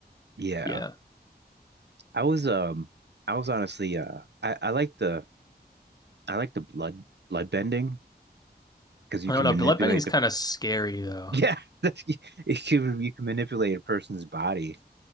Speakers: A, on the right; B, on the left.
A: yeah.
B: yeah.
A: I was um I was honestly uh I I like the I like the blood blood bending because you
B: I
A: can
B: don't know,
A: manipulate
B: bloodbending is
A: the
B: kind of scary though.
A: <laughs> yeah, <laughs> you can you can manipulate a person's body